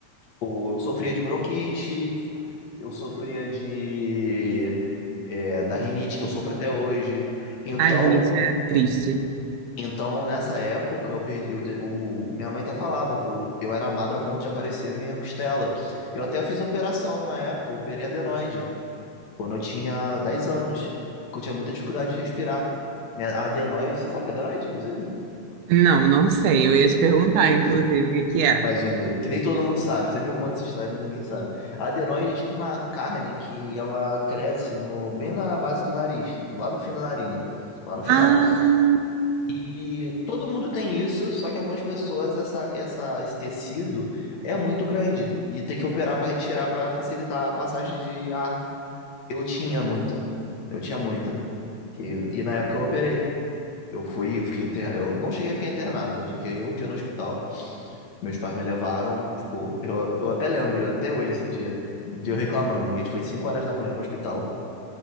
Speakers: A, on the left; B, on the right.
A: Pô, Eu sofria de bronquite, eu sofria de. é, da rinite que eu sofro até hoje. Então,
B: Ai, gente, é triste.
A: Então, nessa época, eu perdi. eu- o, minha mãe até falava que eu, eu era magro a ponto de aparecer a minha costela. Eu até fiz operação na época, eu operei adenoide, quando eu tinha 10 anos, porque eu tinha muita dificuldade de respirar. Minha a adenoide, você sabe que é adenoide, inclusive?
B: Não, não sei. Eu ia te perguntar, inclusive, o que que é.
A: Imagina, aí, que nem todo mundo sabe, sempre que eu conto essa história, ninguém sabe. A adenoide é tipo uma carne que ela cresce no, bem na base do nariz, lá no fim da narina, lá no final.
B: Ah!
A: E todo mundo tem isso, só que algumas pessoas essa, essa- esse tecido é muito grande e tem que operar para retirar para facilitar a passagem de ar. Eu tinha muita, eu tinha muita. Que- e na época eu operei. Eu fui, eu fiquei inter... eu não cheguei a ficar internado, eu fiquei um dia no hospital. Meus pais me levaram, tipo, eu, eu até lembro, até hoje esse dia, de eu reclamando, que a gente foi 5 horas da manhã para o hospital.